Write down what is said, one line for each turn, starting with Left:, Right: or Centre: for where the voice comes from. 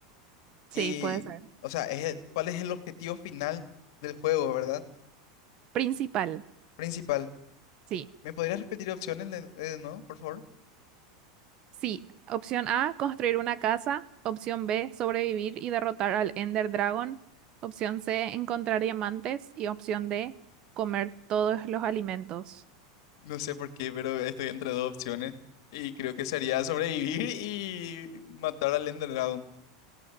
Right: Sí,
Left: Y,
Right: puede ser.
Left: o sea, es el- ¿cuál es el objetivo final del juego, verdad?
Right: Principal,
Left: Principal.
Right: sí.
Left: ¿Me podrías repetir opciones de, de nuevo, por favor?
Right: Sí, opción A, construir una casa. Opción B, sobrevivir y derrotar al Ender Dragon. Opción C, encontrar diamantes. Y opción D, comer todos los alimentos.
Left: No sé por qué, pero estoy entre dos opciones. Y creo que sería sobrevivir y matar al Ender Dragon.